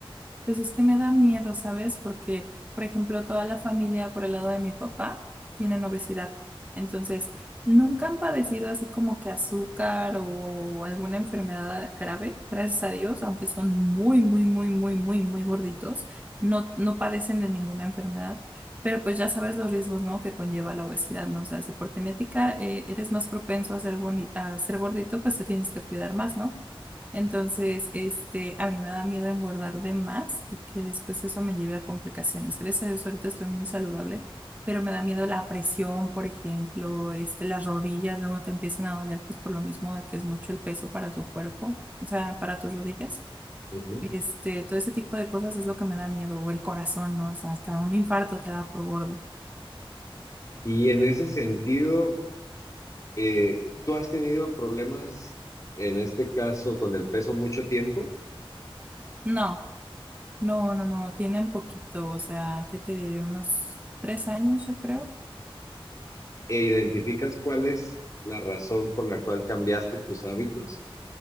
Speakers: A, on the right; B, on the left.
A: Pues es que me da miedo, ¿sabes? Porque, por ejemplo, toda la familia por el lado de mi papá tienen obesidad. Entonces, nunca han padecido así como que azúcar o alguna enfermedad grave, gracias a Dios, aunque son muy, muy, muy, muy, muy, muy gorditos, no, no padecen de ninguna enfermedad. Pero pues ya sabes los riesgos, ¿no? que conlleva la obesidad, ¿no? O sea, si por genética eh, eres más propenso a ser boni- a ser gordito, pues te tienes que cuidar más, ¿no? Entonces, este, a mí me da miedo engordar de más y que después eso me lleve a complicaciones. Gracias a Dios, ahorita estoy muy saludable, pero me da miedo la presión, por ejemplo, este, las rodillas luego te empiezan a doler, pues por lo mismo de que es mucho el peso para tu cuerpo, o sea, para tus rodillas.
B: Ujú.
A: Y, Este, todo ese tipo de cosas es lo que me da miedo, o el corazón, ¿no? O sea, hasta un infarto te da por gordo.
B: Y en ese sentido, eh, ¿tú has tenido problemas, en este caso, con el peso mucho tiempo?
A: No, no, no, no, tienen poquito, o sea, ¿qué te diré? Unos tres años, yo creo
B: e identificas cuál es la razón por la cual cambiaste tus hábitos.